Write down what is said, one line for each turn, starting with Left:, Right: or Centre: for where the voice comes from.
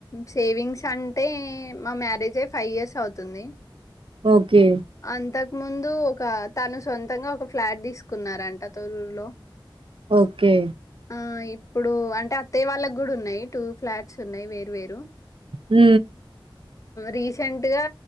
Left: సేవింగ్స్ అంటే మా మ్యారేజ్ అయి ఫైవ్ ఇయర్స్ అవుతుంది,
Right: ఓకే.
Left: అంతకుముందు ముందు ఒక తాను సొంతంగా ఒక ఫ్లాట్ తీసుకున్నారంట తొర్రూర్ లో
Right: ఓకే
Left: ఆ ఇప్పుడు అంటే అత్తయ్య వాళ్ళకి కూడా ఉన్నాయి టూ ఫ్లాట్స్ ఉన్నాయి వేరు వేరు
Right: ఉ
Left: రీసెంట్ గా